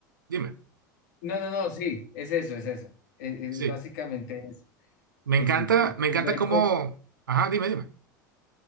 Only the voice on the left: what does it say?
no, no, no, sí, es eso, es eso. es es
básicamente eso.
eh,
co-
ver
cómo,